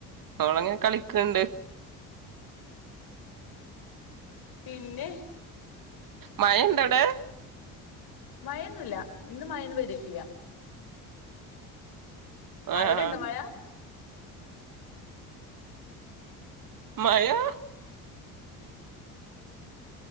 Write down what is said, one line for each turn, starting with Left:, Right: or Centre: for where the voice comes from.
Right: അവള് അങ്ങനെ കളിക്കുണ്ട്.
Left: പിന്നെ
Right: മഴണ്ടടെ
Left: മഴൊന്നുല്ല ഇന്ന് മഴൊന്നും പൈതിട്ടില്യ അവിടെണ്ടോ
Right: ആഹ്
Left: മഴ
Right: മയാ